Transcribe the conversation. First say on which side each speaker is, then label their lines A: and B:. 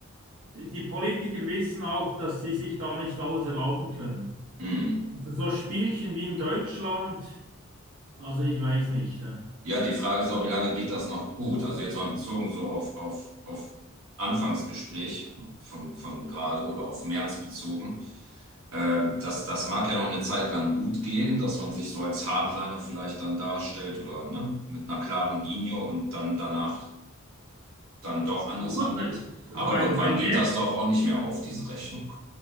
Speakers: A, on the right; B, on the right.
A: die die Politiker wissen auch, dass sie sich da nicht alles erlauben können.
B: hm.
A: Also so Spielchen wie in Deutschland Also ich weiß nicht. hä.
B: Ja, die Frage ist auch, wie lange geht das noch gut? Also jetzt mal bezogen so auf, auf, auf Anfangsgespräch von, von gerade oder auf März bezogen. Ähm, das, das mag ja noch eine Zeit lang gut gehen, dass man sich so als Hardliner vielleicht dann darstellt oder ne, mit einer klaren Linie und dann danach dann doch anders
A: Gut,
B: handelt.
A: bei, bei,
B: Aber irgendwann
A: bei Merz,
B: geht das doch auch nicht mehr auf, diese Rechnung.